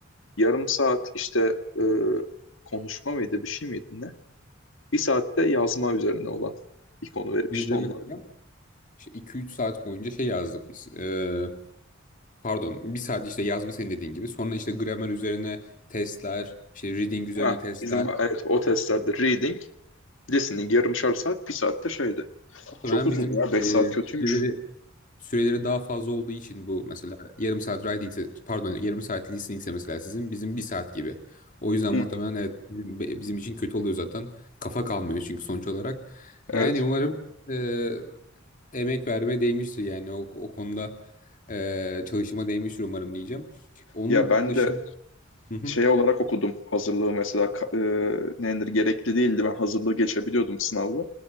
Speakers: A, on the left; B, on the left.
A: Yarım saat işte e, konuşma mıydı bir şey miydi ne? Bir saatte yazma üzerine olan bir konu verip
B: Biz
A: işte
B: de
A: onunla
B: mesela
A: öyle.
B: 2-3 saat boyunca şey yazdık biz. E, Pardon, bir saat işte yazma senin dediğin gibi. Sonra işte gramer üzerine testler, işte reading üzerine
A: Ha,
B: testler.
A: bizim evet o testlerde reading, listening yarımşar saat, bir saatte şeydi.
B: Muhtemelen
A: Çok uzun
B: bizim
A: ya. beş
B: e,
A: saat kötüymüş.
B: süreleri, süreleri daha fazla olduğu için bu mesela yarım saat writing, pardon yarım saat listening ise mesela sizin bizim bir saat gibi. O yüzden
A: Hı,
B: muhtemelen evet bizim, bizim için kötü oluyor zaten. Kafa kalmıyor çünkü sonuç olarak.
A: evet.
B: Yani umarım e, emek verme değmiştir yani o, o konuda e, çalışıma değmiştir umarım diyeceğim. Onun
A: Ya ben
B: dışında...
A: de
B: Hı hı.
A: şey olarak okudum hazırlığı mesela ka- e, nedir gerekli değildi ben hazırlığı geçebiliyordum sınavla.